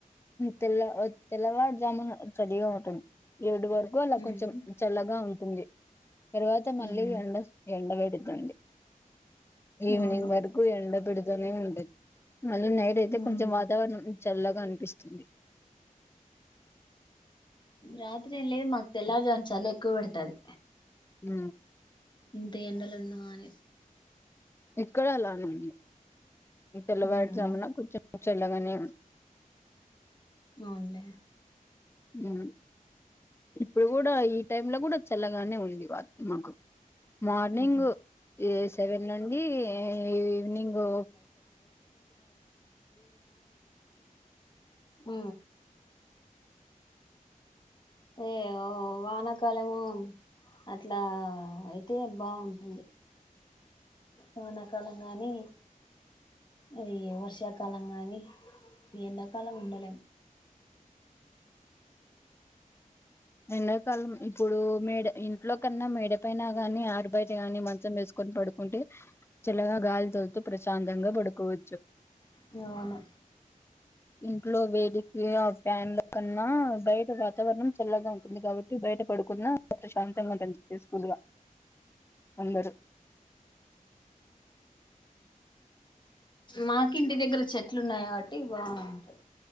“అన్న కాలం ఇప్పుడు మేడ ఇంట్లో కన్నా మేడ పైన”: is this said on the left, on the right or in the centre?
Left